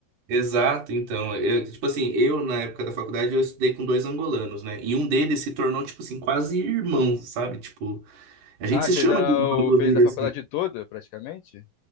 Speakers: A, on the right; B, on the left.
A: Exato, então, eu, tipo assim, eu na época da faculdade eu estudei com dois angolanos, né? E um deles se tornou, tipo assim, quase irmão, sabe? Tipo, a gente
B: Ah,
A: se
B: fez
A: chama
B: a,
A: de irmão,
B: o-
A: inclusive,
B: fez a faculdade
A: assim.
B: toda, praticamente?